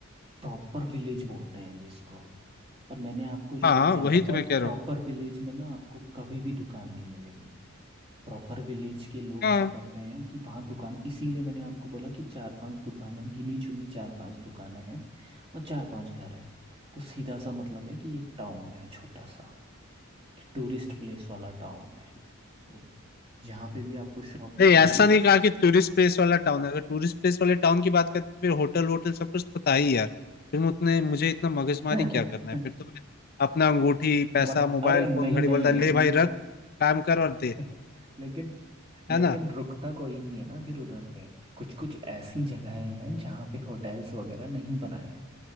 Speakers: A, on the right; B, on the left.
A: प्रॉपर विलेज बोलते हैं जिसको और मैंने आपको जो
B: हाँ
A: एग्जांपल
B: वही तो
A: और
B: मैं कह रहा
A: प्रॉपर
B: हूँ
A: विलेज में ना आपको कभी भी दुकान नहीं मिलेगी प्रॉपर विलेज के लोग
B: हाँ
A: क्या करते हैं कि वहाँ दुकान इसीलिए मैंने आपको बोला कि चार पांच दुकान है गिनी चुनी चार पांच दुकानें हैं और चार पांच घर हैं तो सीधा सा मतलब है कि एक टाउन है छोटा सा टूरिस्ट प्लेस वाला टाउन है और यहाँ पे भी आपको शॉप दिखेगी
B: नहीं ऐसा नहीं कहा कि टूरिस्ट प्लेस वाला टाउन है अगर टूरिस्ट प्लेस वाले टाउन की बात करते फिर होटल वोटल सब कुछ तो था ही यार फिर मैं उतने मुझे इतना मगजमारी
A: <laughs>
B: क्या करना है फिर तो मैं अपना अंगूठी पैसा
A: मत
B: मोबाइल
A: अरे नहीं
B: फोन घड़ी
A: नहीं
B: बोलता
A: ले,
B: ले
A: ले,
B: भाई रख काम कर और दे
A: <laughs> लेकिन लेकिन
B: है ना
A: रुकता कोई नहीं है ना फिर उधर पे कुछ कुछ ऐसी जगहें हैं जहाँ पे होटल्स वगैरह नहीं बनाए हैं